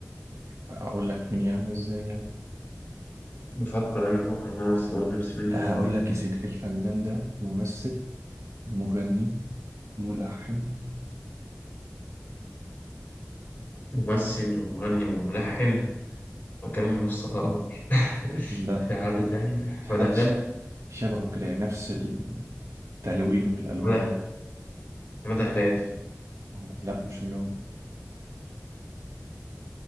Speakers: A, on the right; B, on the left.
A: لا اقول لك مين يعني ازاي يعني
B: بفكر أنا بفكر مع نفسي أقول نفسي مين
A: هقول
B: ده؟
A: لك يا سيدي الفنان ده ممثل مغني ملحن
B: ممثل ومغني وملحن مكان مصطفى قمر <laughs>
A: لا
B: في حد تاني؟
A: في
B: مدى
A: حد
B: هلال؟
A: ش- شبهه كده يعني نفس التلوين والالوان
B: مدى
A: وال-
B: مدى هلال
A: آه، لا مش ملون